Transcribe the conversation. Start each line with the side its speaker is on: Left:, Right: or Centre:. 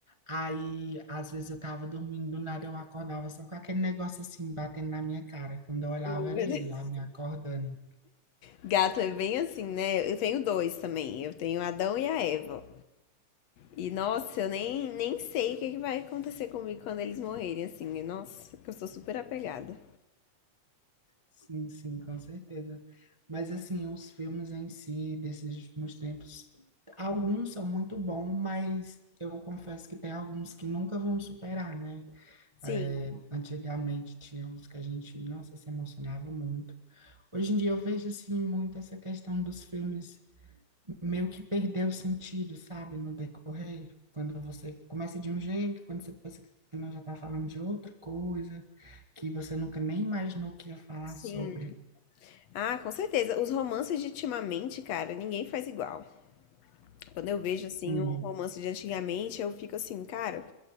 Right: Aí, às vezes eu tava dormindo, do nada eu acordava só com aquele negócio assim, batendo na minha cara. Quando eu olhava,
Left: Oh, meu
Right: era ele
Left: Deus.
Right: lá me acordando.
Left: Gato é bem assim, né? Eu tenho dois também. Eu tenho Adão e a Eva. E nossa, eu nem, nem sei o que, que vai acontecer comigo quando eles morrerem, assim. E, Nossa, que eu sou super apegada.
Right: Sim, sim, com certeza. Mas assim, os filmes em si desses últimos tempos, alguns são muito bons, mas eu confesso que tem alguns que nunca vão superar, né?
Left: Sim,
Right: É, antigamente tinha uns que a gente, nossa, se emocionava muito. Hoje em dia eu vejo assim muito essa questão dos filmes meio que perdeu o sentido, sabe, no decorrer. Quando você começa de um jeito, quando você pensa que não já está falando de outra coisa, que você nunca nem imaginou que ia falar
Left: sim.
Right: sobre.
Left: Ah, com certeza. Os romances de ultimamente, cara, ninguém faz igual. Quando eu vejo, assim,
Right: Sim,
Left: um romance de antigamente, eu fico assim, cara,